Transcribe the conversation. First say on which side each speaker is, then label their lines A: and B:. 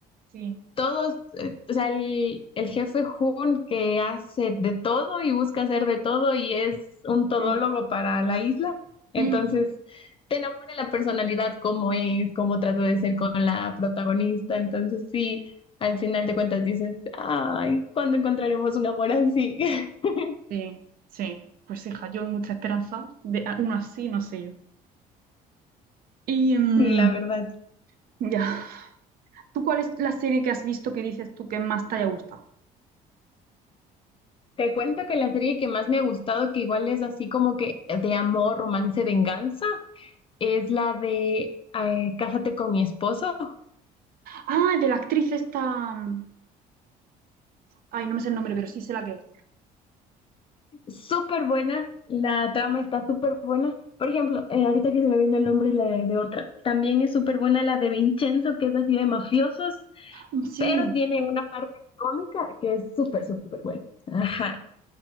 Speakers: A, on the right; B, on the left.
A: Sí,
B: todos, eh, o sea, el, el jefe Hun que hace de todo y busca hacer de todo y es un todólogo
A: Mm,
B: para la isla. Entonces,
A: mm.
B: te enamora la personalidad, cómo es, cómo trata de ser con la protagonista. Entonces, sí, al final de cuentas dices, ay, ¿cuándo encontraremos un amor así? <laughs>
A: sí, sí, pues hija, yo mucha esperanza de a- una así, no sé yo. Y mm,
B: Sí, la verdad.
A: ya, ¿tú cuál es la serie que has visto que dices tú que más te haya gustado?
B: Te cuento que la serie que más me ha gustado, que igual es así como que de amor, romance, venganza, es la de eh, Cásate con mi esposo.
A: Ah, de la actriz esta, mm, ay, no me sé el nombre, pero sí sé la que es.
B: Súper buena, la trama está súper buena. Por ejemplo, eh, ahorita que se me vino el nombre la de, de otra, también es súper buena la de Vincenzo, que es así de mafiosos,
A: Mm, Sí.
B: pero tiene una parte cómica que es súper, súper buena. Ajá.